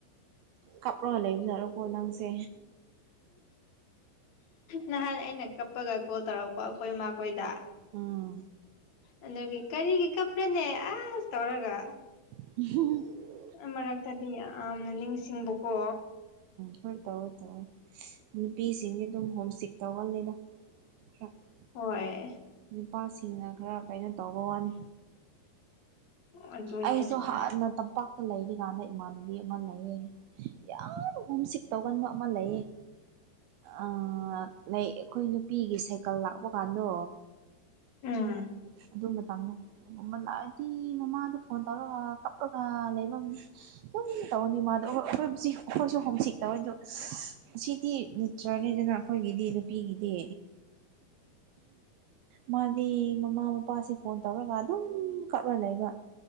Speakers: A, on the right; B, on the left.
A: ꯀꯞꯔꯒ ꯂꯩꯕ ꯅꯔꯀꯣ ꯅꯪꯁꯦ
B: ꯅꯍꯥꯟ ꯑꯩꯅ ꯀꯞꯄꯒ ꯀꯣꯜ ꯇꯧꯔꯛꯄ ꯑꯩꯈꯣꯏ ꯃꯈꯈꯣꯏꯗ
A: ꯎꯝ
B: ꯑꯗꯒꯤ ꯀꯔꯤꯒꯤ ꯀꯞꯄ꯭ꯔꯅꯦ ꯑꯁ ꯇꯧꯔꯒ
A: ꯍ <unintelligible>
B: ꯃꯔꯛꯇꯗꯤ ꯌꯥꯝꯅ ꯅꯤꯡꯁꯤꯡꯕꯀꯣ
A: ꯐꯔ ꯇꯧꯋꯦ ꯇꯧꯋꯦ ꯅꯨꯄꯤꯁꯤꯡꯁꯦ ꯑꯗꯨꯝ ꯍꯣꯝ ꯏꯁꯇꯤꯛ ꯇꯧꯒꯜꯂꯤꯗ ꯈꯔ
B: ꯍꯣꯏ
A: ꯅꯨꯄꯥꯁꯤꯡꯅ ꯈꯔ ꯀꯩꯅꯣ ꯇꯧꯕ ꯋꯥꯅꯤ
B: ꯑꯗꯨꯅꯦ
A: ꯑꯩꯁꯨ ꯍꯥꯟꯅ ꯇꯝꯄꯥꯛꯇ ꯂꯩꯔꯤꯀꯥꯟꯗ ꯏꯃꯥꯟꯅꯕꯤ ꯑꯃ ꯂꯩꯌꯦ ꯌꯥꯝ ꯍꯣꯝ ꯁꯤꯛ ꯇꯧꯒꯟꯕ ꯑꯃ ꯂꯩꯌꯦ ꯑ ꯂꯩ ꯑꯩꯈꯣꯏ ꯅꯨꯄꯤꯒꯤ ꯁꯥꯏꯀꯜ ꯂꯥꯛꯄ ꯀꯥꯟꯗꯣ
B: ꯎꯝ
A: ꯑꯗꯨ ꯃꯇꯝꯗꯣ ꯑꯗꯨꯒꯨꯝꯕ ꯂꯥꯛꯑꯗꯤ ꯃꯃꯥꯗꯣ ꯐꯣꯟ ꯇꯧꯔꯒ ꯀꯞꯄꯒ ꯂꯩꯐꯝ ꯎꯏ ꯇꯧꯔꯅꯤ ꯃꯥꯗꯣ ꯍꯣ ꯑꯩꯈꯣꯏꯕꯁꯤ ꯑꯩꯈꯣꯏꯁꯨ ꯍꯣꯝꯁꯤꯛ ꯇꯧꯋꯦꯗꯣ ꯁꯤꯗꯤ ꯆꯔꯅꯦꯗꯅ ꯑꯩꯈꯣꯏꯒꯤꯗꯤ ꯅꯨꯄꯤꯒꯤꯗꯤ ꯃꯥꯗꯤ ꯃꯃꯥ ꯃꯄꯥꯁꯨ ꯐꯣꯟ ꯇꯧꯔꯒ ꯑꯗꯨꯝ ꯀꯞ ꯔ ꯂꯩꯕ